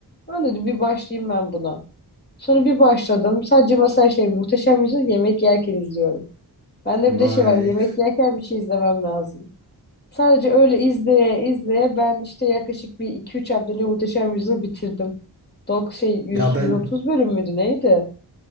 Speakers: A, on the left (about 25°); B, on the right (about 25°).
A: Ben dedim bir başlayayım ben buna. Sonra bir başladım. Sadece mesela şey Muhteşem Yüzyıl yemek yerken izliyorum. Bende
B: Vay.
A: bir de şey var yemek yerken bir şey izlemem lazım. Sadece öyle izleye izleye ben işte yaklaşık bir 2-3 haftada Muhteşem Yüzyıl'ı bitirdim. Dok şey yüz
B: Ya ben
A: yüz otuz bölüm müydü neydi?